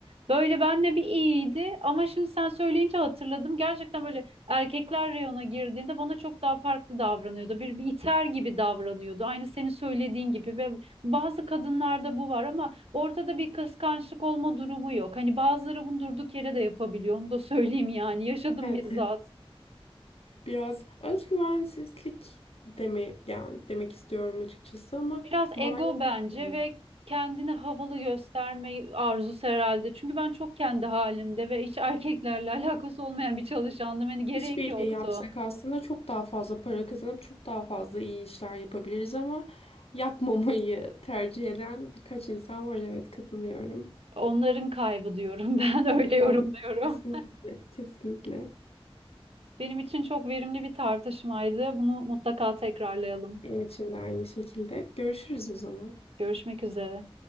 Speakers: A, on the right; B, on the left.
A: Böyle benle bir iyiydi ama şimdi sen söyleyince hatırladım. Gerçekten böyle erkekler reyona girdiğinde bana çok daha farklı davranıyordu. Bir, bir iter gibi davranıyordu. Aynı senin söylediğin gibi ve bazı kadınlarda bu var ama ortada bir kıskançlık olma durumu yok. Hani bazıları bunu durduk yere de yapabiliyor. Onu da söyleyeyim yani yaşadım
B: Evet.
A: bizzat.
B: Biraz özgüvensizlik deme yani demek istiyorum açıkçası ama
A: Biraz
B: maalesef
A: ego bence
B: zor.
A: ve kendini havalı gösterme arzusu herhalde. Çünkü ben çok kendi halimde ve hiç erkeklerle <laughs> alakası olmayan bir çalışandım. Hani gerek
B: İşbirliği
A: yoktu.
B: yapsak aslında çok daha fazla para kazanıp çok daha fazla iyi işler yapabiliriz ama yapmamayı tercih eden birkaç insan var. Evet katılıyorum.
A: Onların kaybı diyorum <laughs> ben öyle
B: Evet,
A: yorumluyorum.
B: Ben kesinlikle kesinlikle.
A: Benim için çok verimli bir tartışmaydı. Bunu mutlaka tekrarlayalım.
B: Benim için de aynı şekilde. Görüşürüz o zaman.
A: Görüşmek üzere.